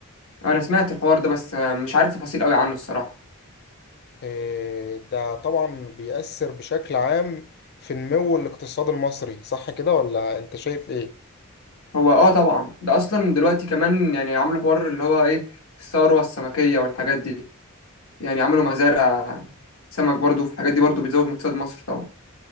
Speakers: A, on the left; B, on the left.
A: أنا سمعت الحوار ده بس آه، مش عارف تفاصيل قوي عنه الصراحة
B: إيه، ده طبعا بيأثر بشكل عام في نمو الاقتصاد المصري صح كده ولا انت شايف ايه؟
A: هو اه طبعا ده اصلا دلوقتي كمان يعني عملوا حوار اللي هو ايه الثروه السمكيه والحاجات دي يعني عملوا مزارع سمك برضو في الحاجات دي برضو بتزود من اقتصاد مصر طبعا